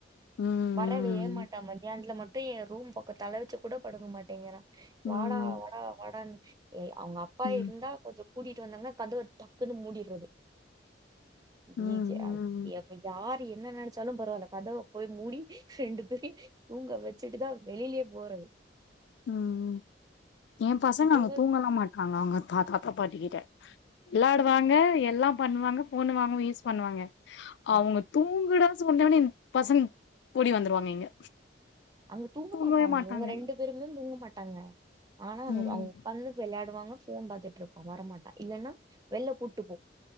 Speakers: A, on the left; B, on the right.
A: ம்
B: வரவே மாட்டா மதியானத்துல மட் டு எ ரூம் பக்க தல வச்சு கூட படுக்க மாட்டேங்கிறா
A: ம்
B: வாடா
A: ம்
B: வாடா வாடன்னு ஏ அவுங்க அப்பா
A: ம்
B: இருந்தா கொஞ்ச கூட்டிட் வந்தாங்னா கதவ டக்குன் மூடிர்றது <unintelligible>
A: ம் ம்
B: யார் என்ன நெனச்சாலும் பரவால்ல கதவ போய் மூடி ரெண்டு பேரயு தூங்க வச்சுட்டுதா வெளிலயே போறது
A: ம் ஏ பசங்க
B: தூங்க
A: அங்க தூங்கல்லா மாட்டாங்க அவுங்க தாத்தா பாட்டிக்கிட்ட விளாடுவாங்க எல்லா பண்ணுவாங்க ஃபோனு வாங்க யூஸ் பண்ணுவாங்க
B: அ-
A: அவுங்க தூங்குடா சொன்னொனெ பசங் ஓடி வந்துருவாங்க இங்க
B: அங்க தூங்கமாட்டாங்க
A: தூங்கவே மாட்டாங்க
B: இவங்க ரெண்டு பேரும் தூங்க மாட்டாங்க மாட்டாங்க ஆனா
A: ம்
B: அவுங்க பண்ண விள இங்க வான்னா போன் பாத்துட்டு இருப்பா வரமாட்டா இல்லேனா வெளில கூட்டிட்டு போ